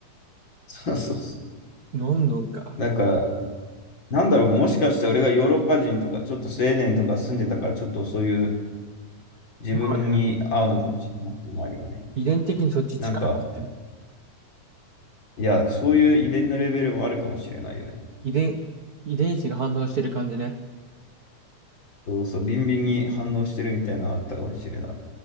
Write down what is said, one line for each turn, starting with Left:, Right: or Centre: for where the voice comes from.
Left: <laughs> そうそうそう。
Right: ロンドンか。
Left: だから、なんだろう、もしかして俺がヨーロッパ人とか、ちょっとスウェーデンとか住んでたから、ちょっとそういう自分に合うのかもしれないっていうのもあるよね。
Right: まあね、遺伝的にそっち近いもんって
Left: なんか、いや、そういう遺伝のレベルもあるかもしれないよね。
Right: 遺伝、遺伝子が反応してる感じね。
Left: そうそう、ビンビンに反応してるみたいなのあったかもしれない。